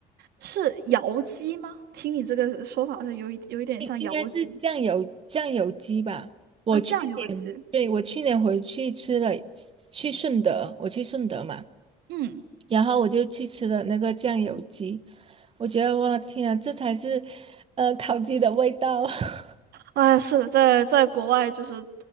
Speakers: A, on the right; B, on the right.
A: 是窑鸡吗？听你这个说法是有一有一点像窑鸡
B: 应应该是酱油酱油鸡吧。我去，
A: 啊，酱油鸡。
B: 对，我去年回去吃了，去顺德，我去顺德嘛。
A: 嗯，
B: 然后我就去吃了那个酱油鸡，我觉得哇天啊，这才是呃烤鸡的味道。<laughs>
A: 哎，是的，在在国外就是